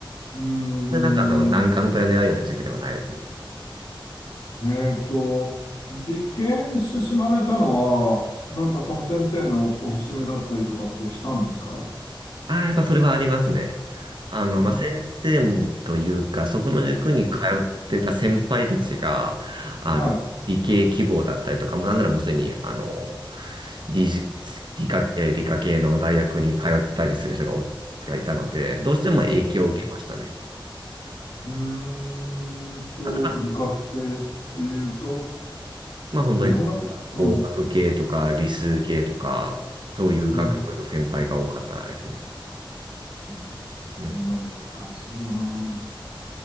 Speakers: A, on the left; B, on the right.
A: うん、
B: で、なんかあの、難関とや狙うような塾ではないですね。
A: えっと、理系に進まれたのは、なんかその先生のおすすめだったりとかってしたんですか
B: ああ、やっぱそれはありますね。あの、
A: うん、
B: まあ、先生というか、そこの塾に通ってた先輩たちが、
A: うん、
B: あの、
A: はい。
B: 理系希望だったりとか、もうなんならもうすでに、あの、理、理科、えー理科系の大学に通ったりする人がお、がいたので、どうしても影響を受けましたね。
A: うん、うーんと、
B: あとは、
A: 理科系っていうと、
B: まあ、本当に工工学系とか理数系とか、
A: いろいろ、うん、
B: そういう学部の先輩が多かったですね。
A: うん、うん、
B: うん。
A: なんかそうだな。